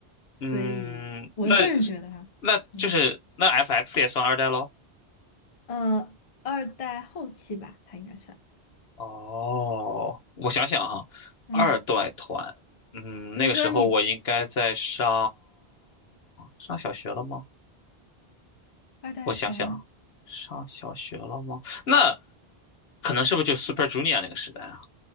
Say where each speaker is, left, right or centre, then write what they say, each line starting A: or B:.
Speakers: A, on the left (about 50°); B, on the left (about 70°).
A: 所以我个人觉得哈，
B: 嗯，那那就是那
A: 嗯，
B: FX 也算二代喽？
A: 呃，二代后期吧，它应该算，
B: 哦，我想想哈，
A: 嗯，
B: 二代团，嗯，
A: 比如说你
B: 那个时候我应该在上上小学了吗？
A: 二代团。
B: 我想想啊，上小学了吗？那可能是不是就 Super Junior 那个时代啊？